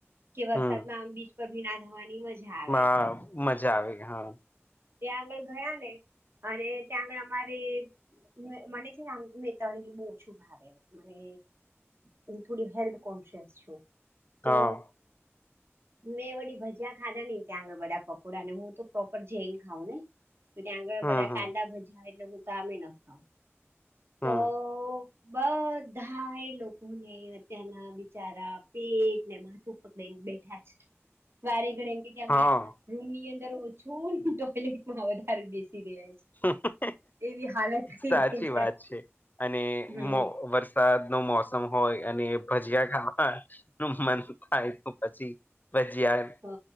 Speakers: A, on the right; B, on the left.
A: કે વરસાદમાં
B: હમ
A: આમ બીચ પર ભીના થવાની મજા આવે
B: હા
A: એટલા.
B: મજા આવે હા.
A: ત્યાં આગળ ગયા ને, અને ત્યાં આગળ અમારે મે મને છેને આમ મેં તળેલું બહુ ઓછું ભાવે મને હુ થોડી હેલ્થ કોન્શયસ છું. તો
B: હા
A: મેં વળી ભજીયા ખાધા નહીં ત્યાં આગળ વડા પાવ પોડાને હું તો પ્રોપર જૈન ખાઉને તો ત્યાં આગળ
B: હમ
A: બધા
B: હમ
A: કાંદા ભજીયા આવે એટલે હું તો આમે ન ખાઉં
B: હમ
A: તો બધા એ લોકોને અત્યના બિચારા પેટ ને માથું પકડીને બેઠા છે, વારે ઘડીએ એમકે કે અમે
B: હા
A: રૂમની અંદર ઓછું હોય, ટોયલેટ માં વધારે બેસી રહ્યા છે.
B: <inaudible>
A: એવી હાલત થઈ
B: સાચી
A: ગઈ
B: વાત છે, અને
A: હમ
B: મો વર્ષ સાદ નું મોસમ હોય અને ભજીયા ખાવાનું મન થાય તો પછી ભજીયા
A: હો